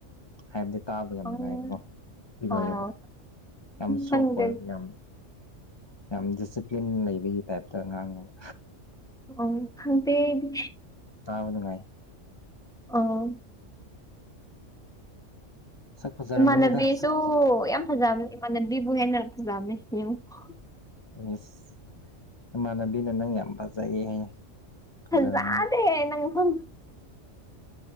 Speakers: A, on the left; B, in the centre.
A: ꯍꯥꯏꯕꯗꯤ ꯇꯥꯕꯗ ꯌꯥꯝ
B: ꯎꯝ
A: ꯅꯨꯡꯉꯥꯏꯌꯦꯕꯀꯣ ꯐꯔꯤꯑꯣꯏꯌꯦꯕ
B: ꯑꯣ
A: ꯌꯥꯝ ꯁꯣꯐ
B: ꯈꯪꯗꯦ
A: ꯑꯣꯏꯔꯒ ꯌꯥꯝ ꯌꯥꯝ ꯗꯤꯁꯤꯄ꯭ꯂꯤꯟ ꯂꯩꯕꯒꯤ ꯇꯥꯏꯞꯇ ꯉꯥꯡꯉꯦꯕ
B: ꯑꯣ ꯈꯪꯇꯦ ꯑꯩꯗꯤ
A: ꯇꯥꯕ ꯅꯨꯡꯉꯥꯏ
B: ꯑꯣ
A: ꯁꯛ ꯐꯖꯔꯝꯃꯅꯤꯗ
B: ꯏꯃꯥꯟꯅꯕꯤꯁꯨ
A: ꯁꯛ
B: ꯌꯥꯝ ꯐꯖꯕꯅꯦ ꯏꯃꯥꯟꯅꯕꯤꯕꯨ ꯍꯦꯟꯅ ꯐꯖꯕꯅꯦ ꯌꯦꯡꯉꯣ
A: ꯏꯁ ꯏꯃꯥꯟꯅꯕꯤꯅ ꯅꯪ ꯌꯥꯝ ꯐꯖꯩ ꯍꯥꯏꯌꯦ ꯐꯖꯔꯝꯃꯅꯤ
B: ꯐꯖꯥꯗꯦꯍꯦ ꯅꯪ ꯍꯨꯝ